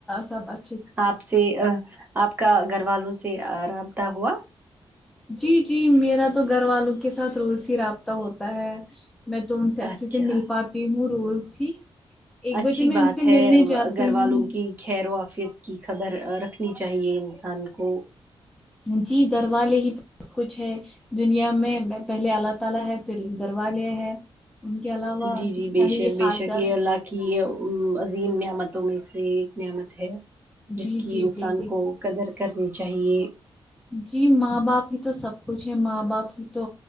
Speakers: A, in the centre; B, on the right.
A: سب اچھ
B: آپ سے آپ کا گھر والوں سے رابطہ ہوا
A: جی جی میرا تو گھر والوں کے ساتھ روز ہی رابطہ ہوتا ہے میں تو ان سے اچھے
B: اچھا
A: سے مل پاتی ہوں روز ہی ایک
B: اچھی
A: بجے میں
B: بات
A: ان سے
B: ہے
A: ملنے جاتی
B: گھر
A: ہوں
B: والوں کی خیر و آفیت کی خبر رکھنی چاہیے انسان کو
A: جی گھر والے ہی سب کچھ ہے دنیا میں پہلے اللہ تعالی ہے پھر گھروا لے ہے ان کے علاوہ
B: جی
A: کس
B: جی
A: کا
B: بے
A: ہی
B: شک
A: حال
B: بے شک
A: چال
B: یہ اللہ کہ عظیم نعمتوں میں سے ایک نعمت ہے جس
A: جی
B: کی
A: جی
B: انسان
A: بالکل
B: کو قدر کرنی چاہیے
A: جی ماں باپ ہی تو سب کچھ ہے ماں باپ ہی تو